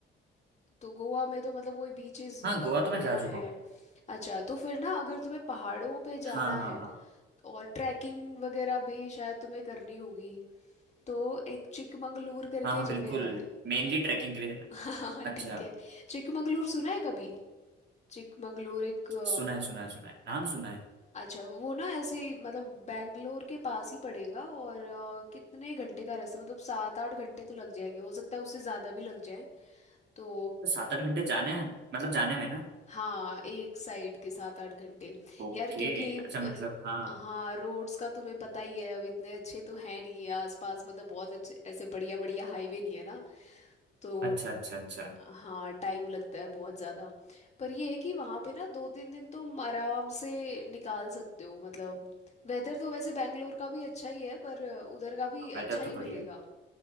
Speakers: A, on the left (about 35°); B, on the right (about 60°).
A: तो गोवा में तो मतलब वही बीचेस
B: हाँ गोवा तो
A: वगैरह
B: मैं जा चुका
A: हैं
B: हूँ
A: अच्छा तो फिर ना अगर तुम्हें पहाड़ों पे जाना
B: हाँ हाँ
A: है
B: हाँ
A: और ट्रैकिंग वगैरह भी शायद तुम्हें करनी होगी तो एक चिकमंगलूर करके
B: हाँ हाँ बिल्कुल
A: जगह है
B: मेनली ट्रैकिंग के लिए जाना
A: <laughs> हाँ
B: अच्छा
A: ठीक है चिकमंगलूर सुना है कभी चिकमंगलूर एक अ,
B: सुना है सुना है सुना है नाम सुना है
A: अच्छा वो ना ऐसे ही, मतलब बैंगलोर के पास ही पड़ेगा और अ, कितने घंटे का रास्ता मतलब सात आठ घंटे तो लग जाएंगे हो सकता है उससे ज़्यादा भी लग जाए तो
B: तो सात आठ घंटे जाने हैं मतलब जाने में ना
A: हाँ एक साइड के सात आठ घंटे
B: ओके
A: यार क्योंकि
B: अच्छा मतलब
A: र-
B: हाँ
A: हाँ रोड्स का तुम्हें पता ही है अब इतने अच्छे तो हैं नहीं है आसपास मतलब बहुत अच्छे ऐसे बढ़िया बढ़िया हाईवे नहीं है ना तो
B: अच्छा अच्छा अच्छा
A: हाँ टाइम लगता है बहुत ज़्यादा पर ये है कि वहाँ पे ना दो तीन दिन तुम आराम से निकाल सकते हो मतलब वेदर तो वैसे बैंगलोर का भी अच्छा ही है पर उधर का भी अच्छा
B: वेदर
A: ही
B: तो
A: मिलेगा
B: बढ़िया है।